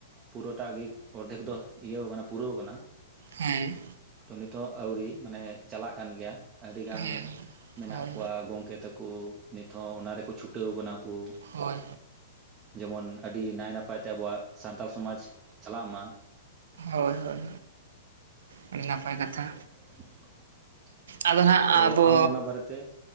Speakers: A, on the right; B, on the right.
A: ᱯᱩᱨᱟᱹᱴᱟᱜ ᱜᱮ ᱚᱨᱫᱷᱮᱠ ᱫᱚ ᱤᱭᱟᱹᱣ ᱠᱟᱱᱟ ᱯᱩᱨᱟᱹᱣ ᱠᱟᱱᱟ᱾
B: ᱦᱮᱸ
A: ᱛᱚ ᱱᱤᱛᱚᱜ ᱟᱹᱣᱨᱤ ᱢᱟᱱᱮ ᱪᱟᱞᱟᱜ ᱠᱟᱱ ᱜᱮᱭᱟ ᱟᱹᱰᱤᱜᱟᱱ
B: ᱦᱮᱸ
A: ᱢᱮᱱᱟᱜ
B: ᱦᱳᱭ
A: ᱠᱚᱣᱟ ᱜᱚᱝᱠᱼᱼ ᱜᱮ ᱛᱟᱠᱚ ᱱᱤᱛᱦᱚᱸ ᱚᱱᱟ ᱨᱮᱠᱚ ᱪᱷᱩᱴᱟᱹᱣ ᱟᱠᱟᱱᱟ ᱠᱚ
B: ᱦᱳᱭᱼᱼ
A: ᱡᱮᱢᱚᱱ ᱟᱹᱰᱤ ᱱᱟᱭᱼᱱᱟᱯᱟᱭ ᱛᱮ ᱟᱵᱚᱣᱟᱜ ᱥᱟᱱᱛᱟᱞ ᱥᱚᱢᱟᱡ ᱪᱟᱞᱟᱜ ᱢᱟ᱾
B: ᱦᱳᱭ ᱦᱳᱭ ᱟᱹᱰᱤ ᱱᱟᱯᱟᱭ ᱠᱟᱛᱷᱟ᱾
A: <unintelligible>
B: ᱟᱫᱚ ᱦᱟᱸᱜ
A: ᱛᱚ
B: ᱟᱵᱚ
A: ᱟᱢ ᱚᱱᱟ ᱵᱟᱨᱮᱛᱮ